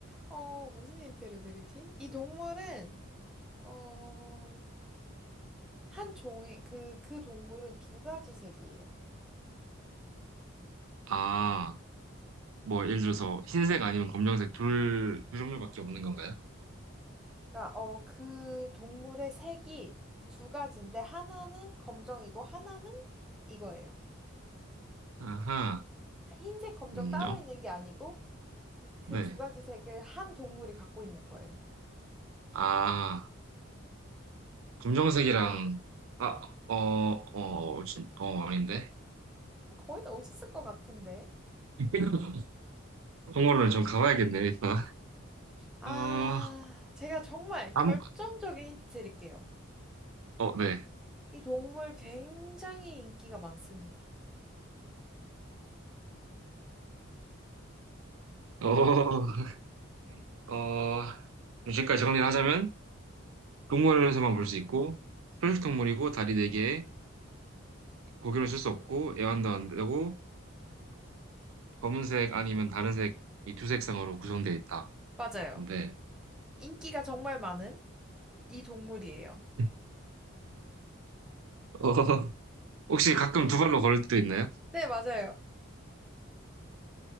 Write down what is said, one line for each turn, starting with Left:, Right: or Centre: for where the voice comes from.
Centre: 어, 무슨 힌트를 드리지? 이 동물은, 어, 한 종의, 그, 그 동물은 두 가지 색이에요.
Right: 아, 뭐 예를 들어서 흰색 아니면 검정색 둘, 두 종류밖에 없는 건가요?
Centre: 그러니까, 어, 그 동물의 색이 두 가지인데, 하나는 검정이고, 하나는 이거예요.
Right: 아하,
Centre: 흰색, 검정
Right: 음요?
Centre: 따로 있는 게 아니고, 그
Right: 네.
Centre: 두 가지 색을 한 동물이 갖고 있는 거예요.
Right: 아, 검정색이랑 아, 어, 어, 진- 어, 아닌데?
Centre: 거의 다 오셨을 것 같은데.
Right: <laughs> 동물원을 좀 가봐야겠네, 일단.
Centre: 아,
Right: 어,
Centre: 제가 정말 결정적인
Right: 한,
Centre: 힌트 드릴게요.
Right: 어, 네.
Centre: 이 동물 굉장히 인기가 많습니다.
Right: 어, <laughs> 어, 지금까지 정리를 하자면, 동물원에서만 볼 수 있고, 초식 동물이고, 다리 네개에 고기를 쓸 수 없고, 애완도 안 되고, 검은색 아니면 다른 색, 이 두 색상으로 구성되어 있다.
Centre: 맞아요.
Right: 근데,
Centre: 인기가 정말 많은 이 동물이에요.
Right: 어, <laughs> 혹시 가끔 두 발로 걸을 때도 있나요?
Centre: 네, 맞아요.